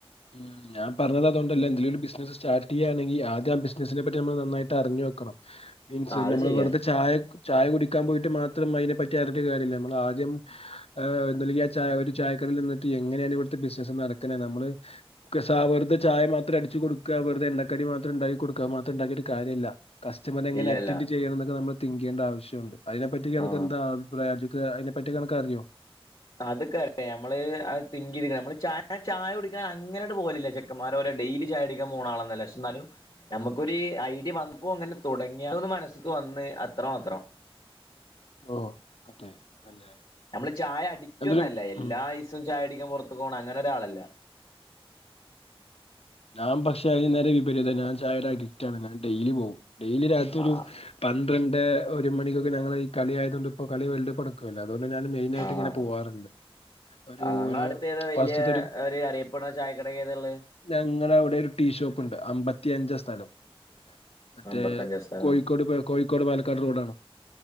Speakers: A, on the left; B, on the left.
A: ഉം ഞാൻ പറഞ്ഞത്അത്കൊണ്ടല്ല എന്തെലും ഒരു ബിസിനസ് സ്റ്റാട്ട് ചെയ്യയാണെങ്കി ആദ്യ ആ ബിസിനസിനെ പറ്റി ഞമ്മള് നന്നായിട്ട് അറിഞ്ഞു വെക്കണം മീൻസ്
B: ആ അത്
A: നമ്മള്
B: ശരിയാ
A: വെറുതെ ചായക് ചായ കുടിക്കാൻ പോയിട്ട് മാത്രം അതിനെ പറ്റി അറിഞ്ഞിട്ട് കാര്യല്ല മ്മള് ആദ്യം എന്തല്ലങ്കി ആ ചായ ഒരു ചായക്കടയിൽ നിന്നിട്ട് എങ്ങനെയാണ് ഇവിടുത്തെ ബിസിനസ്സ് നടക്ക്ണെ നമ്മള് ക്കസ വെറുതെ ചായ മാത്രം അടിച്ചു കൊടുക്ക വെറുതെ എണ്ണക്കടി മാത്രം ണ്ടാക്കി കൊടുക്കുക മാത്രം ഉണ്ടാക്കിട്ട് കാര്യമല്ല കസ്റ്റമറിനെ എങ്ങനെ
B: ഇല്ലല്ല
A: അറ്റന്റ് ചെയ്യണം എന്നക്കെ നമ്മൾ തിങ്ക്യ്യണ്ട ആവശ്യം റ്റുണ്ട് അയിനെപ്പറ്റി അനക്ക്
B: ആ
A: എന്താ അഭിപ്രായം അജുൻ അയിനെ പറ്റിക്കെ അനക്കാറിയോ
B: അത്ക്കെ അ ഞമ്മള് അത് തിങ്ക് ചെയ്ത്ക്ക്ണെ നമ്മള് ചായ ചായ കുടിക്കാൻ അങ്ങനെട്ട് പോലില്ല ചെക്കന്മാരോരെ ഡെയിലി ചായ അടിക്കാൻ പോണ ആളോന്നുല്ല പക്ഷേ എന്നാലും ഞമക്കൊര് ഐഡിയ വന്നപ്പോ അങ്ങനെ തുടങ്ങിയാലോന്ന് മനസ്സിക്ക് വന്ന് അത്ര മാത്രം
A: ഓ അതെ നല്ല കാര്യം
B: ഞമ്മള് ചായ അടിക്റ്റ്
A: എന്തായാലും
B: ഒന്നുല്ല എല്ലാ
A: ഉം
B: യിസോം ചായ ടിക്കാൻ പുറത്തക്കു പോണം അങ്ങനെ ഒരാളല്ല
A: ഞാൻ പക്ഷേ അതിന് നേരെ വിപരീതം ഞാൻ ചായടെ അഡിക്റ്റാണ് ഞാൻ ഡെയിലി പോകും ഡെയിലി രാത്രി
B: ആഹ്
A: ഒരു പന്ത്രണ്ട് ണ്ട് ഒരു മണിക്കൊക്കെ ഞങ്ങള് ഈ കളി ആയതുകൊണ്ട് ഇപ്പോ കളി വേൾഡ് കപ്പ്‌ നടക്കല്ലേ പ്പം അതുകൊണ്ട് ഞാൻ മെയിനായിട്ട്
B: ആഹ്
A: ഇങ്ങനെ പോകാറ്ണ്ട് ഒരു
B: ആഹ് ഇങ്ങളെ അടുത്ത് ഏതാ വല്യ
A: ഫസ്റ്റ്ത്തെ ഒരു
B: അറിയപ്പെടുന്ന ചായക്കട ഏതാ ഇള്ളെ
A: ഞങ്ങടെ അവിടെ ഒരു ടീഷോപ്പ്ണ്ട് അമ്പ ത്തിയഞ്ച സ്ഥലം മറ്റേ
B: അമ്പത്തഞ്ചാം സ്ഥലം
A: കോഴിക്കോട് കോഴിക്കോട് പാലക്കാട് റോഡാണോ